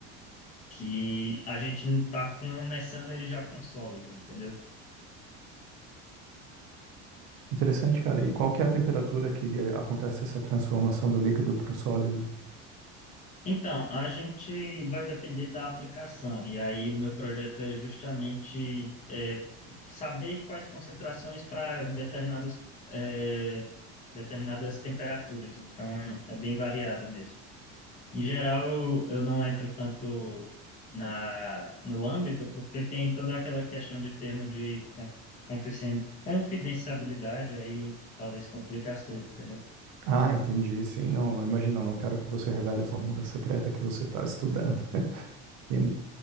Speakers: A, on the left; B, on the right.
A: que a gente não está começando ele já com sólido, entendeu?
B: Interessante, cara. E qual que é a temperatura que eh, acontece essa transformação do líquido para o sólido?
A: Então, a gente vai depender da aplicação, e aí o meu projeto é justamente é, saber quais concentrações para determinadas, é, determinadas temperaturas. Então, é bem variado mesmo. Em geral, eu, eu não entro tanto na, no âmbito, porque tem toda aquela questão de termo de conf- confisen- confidencialidade, aí talvez complica as coisas, entendeu?
B: Ah, entendi. Sim, não, não imagina, não quero que você revele a fórmula secreta que você está estudando. <laughs> E-